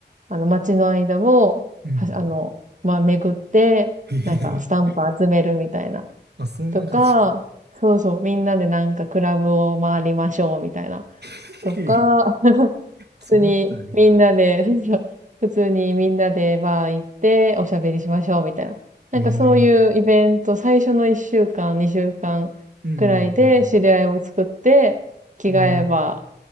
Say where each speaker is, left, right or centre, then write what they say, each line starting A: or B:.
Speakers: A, on the right (about 40°); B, on the right (about 65°).
A: あの街の間を、
B: うん。
A: はあの、まあ巡って、
B: へ
A: なんかスタンプ集めるみたいな。
B: え。あ、そんな感じ。
A: とか、そうそう、みんなでなんかクラブを回りましょうみたいな。
B: <laughs>
A: とか、
B: へえ。
A: <laughs>
B: そんなことある
A: 普通にみんなで、<laughs> そうそう普通にみんなでバー行っておしゃべりしましょうみたいな。なんかそういうイベント、
B: へえ。
A: 最初の1週間、2週間くらいで知り合いを作って、
B: うんうん
A: 着替えば
B: うん。へえ。